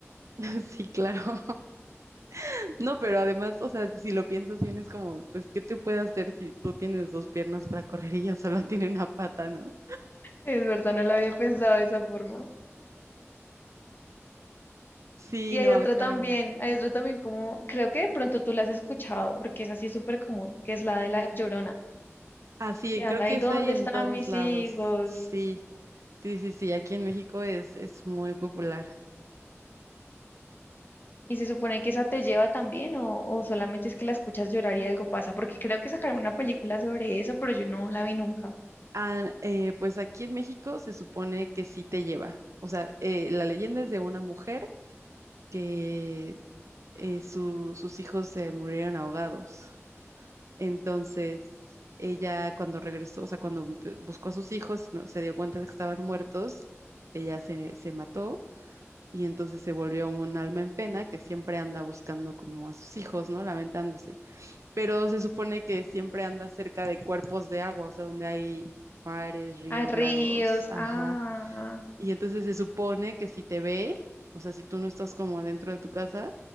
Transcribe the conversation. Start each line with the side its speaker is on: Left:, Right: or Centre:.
Right: <laughs> Sí, claro. <laughs> No, pero además, o sea, si lo piensas bien, es como, pues, ¿qué te puede hacer si tú tienes dos piernas para correr y ella solo <laughs> tiene una pata, ¿no?
Left: Es verdad, no lo había pensado de esa forma.
Right: Sí,
Left: Y
Right: no,
Left: hay otra
Right: acá.
Left: también, hay otra también como, creo que de pronto tú la has escuchado, porque es así súper común, que es la de la Llorona,
Right: Ah, sí,
Left: que anda
Right: creo que
Left: ahí,
Right: es
Left: ¿dónde
Right: ahí en
Left: están
Right: todos
Left: mis
Right: lados.
Left: hijos?
Right: Sí, sí, sí, sí, aquí en México es, es muy popular.
Left: ¿Y se supone que esa te lleva también o, o solamente es que la escuchas llorar y algo pasa? Porque creo que sacaron una película sobre eso, pero yo no la vi nunca.
Right: Ah, eh, pues aquí en México se supone que sí te lleva. O sea, eh, la leyenda es de una mujer que eh, su- sus hijos se murieron ahogados. Entonces, ella cuando regresó, o sea, cuando empe- buscó a sus hijos y no- se dio cuenta de que estaban muertos, ella se, se mató y entonces se volvió un alma en pena que siempre anda buscando como a sus hijos, ¿no? Lamentándose. Pero se supone que siempre anda cerca de cuerpos de agua, o sea, donde hay mares, ríos,
Left: Ah, Ríos,
Right: lagos, ajá.
Left: ah,
Right: Y entonces se supone que si te ve, o sea, si tú no estás como adentro de tu casa,